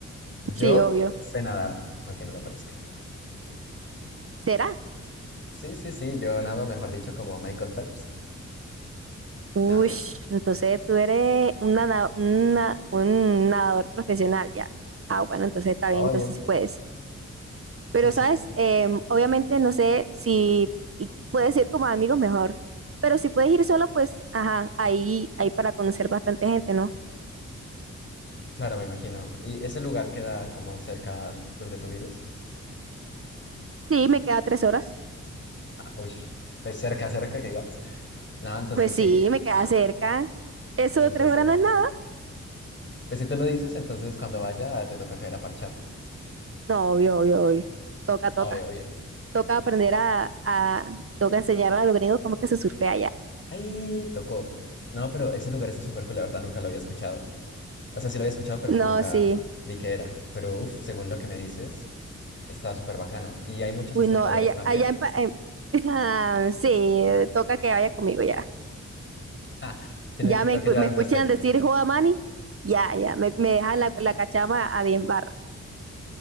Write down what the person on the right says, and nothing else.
Sí, obvio.
¿Será?
Uy,
entonces tú eres un, nada- una- un nadador profesional ya. Ah, bueno, entonces está
bien, entonces sí puedes.
Pero,
¿sabes? Em, obviamente no sé si y puedes ir como amigos mejor. Pero si puedes ir solo, pues, ajá, ahí, ahí para conocer bastante gente, ¿no?
Sí, me queda tres horas.
Pues
sí, me queda
cerca.
Eso
de
tres horas no es nada.
No, obvio, obvio, obvio. Toca, toca.
Toca aprender a, a, toca enseñar a los gringos cómo que se surfea allá.
No,
sí.
Uy,
no, allá,
allá en,
Pa- en- <laughs> Ah, sí, toca que vaya conmigo ya.
Ya
me,
escu-
me
escuchan
decir joda Mani, ya, ya, me, me dejan la, la cachama a 10 barras.